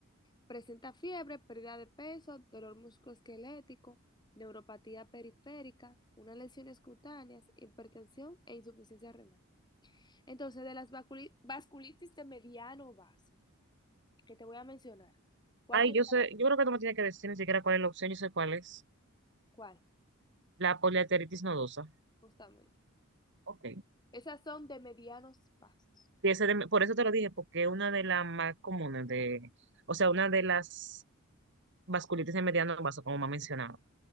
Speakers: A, on the left; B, on the right.
A: Presenta fiebre, pérdida de peso, dolor musculoesquelético, neuropatía periférica, unas lesiones cutáneas, hipertensión e insuficiencia renal. Entonces, de las vasculi- vasculitis de mediano vaso que te voy a mencionar, ¿cuál
B: Ay,
A: piensas?
B: yo sé, yo creo que tú me tienes que decir ni siquiera cuál es la opción, yo sé cuál es.
A: ¿Cuál?
B: La poliarteritis nodosa.
A: Justamente.
B: Ok.
A: Esas son de medianos vasos.
B: Y ese de- por eso te lo dije, porque es una de las más comunes de, o sea, una de las vasculitis de mediano vaso, como me ha mencionado.